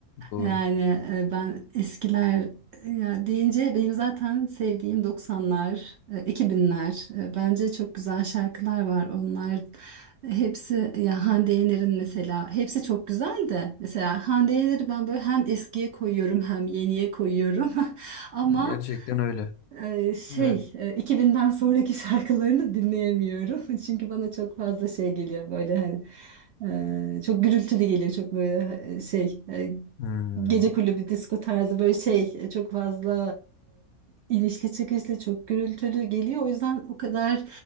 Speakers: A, on the left; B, on the right.
A: doğru.
B: Yani e, ben eskiler e, ya deyince benim zaten sevdiğim 90'lar, e, 2000'ler. E, Bence çok güzel şarkılar var. Onlar hepsi ya Hande Yener'in mesela hepsi çok güzel de mesela Hande Yener'i ben böyle hem eskiye koyuyorum hem yeniye koyuyorum. <laughs> Ama
A: Gerçekten öyle.
B: ee, Şey,
A: Evet.
B: e, 2000'den sonraki şarkılarını dinleyemiyorum. <laughs> Çünkü bana çok fazla şey geliyor böyle hani e, çok gürültülü geliyor çok böyle e, şey e,
A: Hmm.
B: gece kulübü disco tarzı böyle şey e, çok fazla e, inişli çıkışlı çok gürültülü geliyor. O yüzden o kadar